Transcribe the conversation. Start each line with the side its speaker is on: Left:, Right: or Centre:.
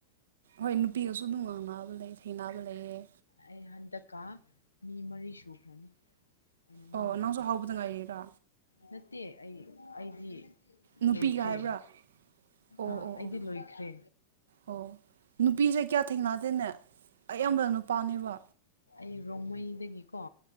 Right: ꯍꯣꯏ ꯅꯨꯄꯤꯒꯁꯨ ꯗꯨꯝ ꯉꯥꯡꯅꯕ ꯂꯩ ꯊꯦꯡꯅꯕ ꯂꯩꯌꯦ
Left: ꯑꯩ ꯍꯟꯗꯛꯀ ꯃꯤ ꯃꯔꯤ ꯁꯨꯈ꯭ꯔꯅꯤ ꯑꯩꯅ ꯉꯥꯡꯅꯕ
Right: ꯑꯣ ꯅꯪꯁꯨ ꯍꯧꯕꯗ ꯉꯥꯏꯔꯤꯔꯥ
Left: ꯅꯠꯇꯦ ꯑꯩ ꯑꯩꯗꯤ
Right: ꯅꯨꯄꯤꯒ
Left: ꯂꯣꯏꯈ꯭ꯔꯦ
Right: ꯍꯥꯏꯕ꯭ꯔꯥ ꯑꯣ
Left: ꯑꯥ
Right: ꯑꯣ ꯑꯣ
Left: ꯑꯩꯗꯤ
Right: ꯑꯣ
Left: ꯂꯣꯏꯈ꯭ꯔꯦ
Right: ꯑꯣ ꯅꯨꯄꯤꯁꯦ ꯀꯌꯥ ꯊꯦꯡꯅꯗꯦꯅꯦ ꯑꯌꯥꯝꯕꯅ ꯅꯨꯄꯥꯅꯦꯕ
Left: ꯑꯩ ꯔꯣꯡꯃꯩꯗꯒꯤꯀꯣ